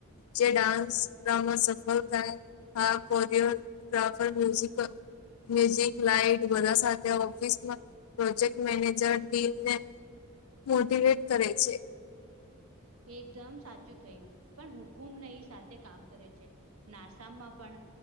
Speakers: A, on the left; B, on the right.
A: જે ડાન્સ કમાં સફળ થાય હા choreographer music music light બધા સાથે ઓફિસમા પ્રોજેક્ટ મેનેજર ટીમને મોટવેટ કરે છે.
B: એકદમ સાચું થયું પણ હુકુમ નહી સાથે કામ કરે છે. નાસામમાં પણ